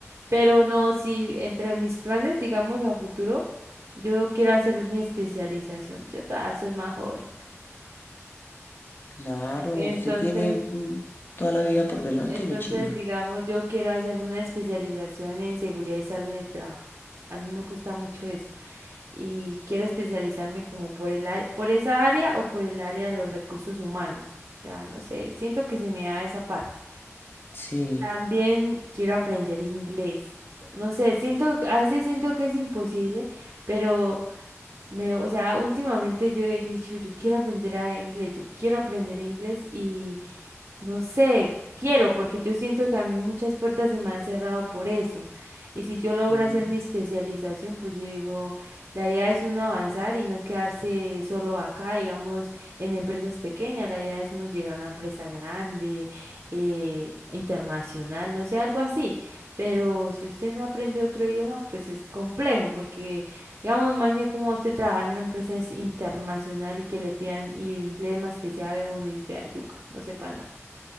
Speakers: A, on the right (about 65°); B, on the left (about 45°).
A: Pero no, sí, entre mis planes, digamos, a futuro, yo quiero hacer mi especialización. Yo todavía soy más joven.
B: Claro,
A: Entonces,
B: usted tiene mm, toda la vida por delante,
A: entonces,
B: mi china.
A: digamos, yo quiero hacerme una especialización en seguridad y salud en el trabajo. A mí me gusta mucho eso. y quiero especializarme como por el área- por esa área o por el área de los recursos humanos. O sea, no sé, siento que se me da esa parte.
B: Sí.
A: También quiero aprender inglés. No sé, siento, a veces siento que es imposible, pero me, o sea, últimamente yo he dicho, yo quiero aprender a inglés, yo quiero aprender inglés y no sé, quiero, porque yo siento que a mí muchas puertas se me han cerrado por eso. Y si yo logro
B: mm.
A: hacer mi especialización, pues yo digo, la idea es uno avanzar y no quedarse solo acá, digamos, en empresas pequeñas, la idea es uno llegar a una empresa grande, eh, internacional, no sé, algo así. Pero si usted no aprende otro idioma, pues es complejo, porque, digamos, imagine cómo usted trabajar en una empresa es internacional y que le pidan y inglés más que sea b uno y pea yuca, no sepa nada.